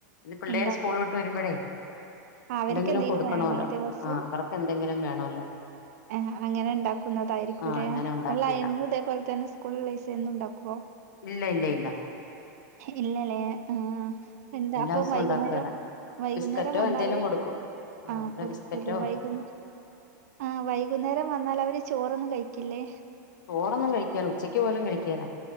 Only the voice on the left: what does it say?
ഇത് പിള്ളേര്
സ്കൂള് വിട്ട് വെരുമ്പഴേ
എന്തെങ്കിലും കൊടുക്കണോല്ലോ.
ആഹ് അവർക്ക് എന്തെങ്കിലും വേണോല്ലോ?
ആഹ് അങ്ങനെ ഉണ്ടാക്കിയതാ
ഇല്ല ഇല്ല.
എല്ലാ
ദിവസവും
ഉണ്ടാക്കേല
ബിസ്ക്കറ്റോ
എന്തേലും
കൊടുക്കും
വല്ല
ബിസ്ക്കറ്റോ
ചോറൊന്നും കഴിക്കേലാ. ഉച്ചയ്ക്ക് പോലും കഴിക്കേലാ.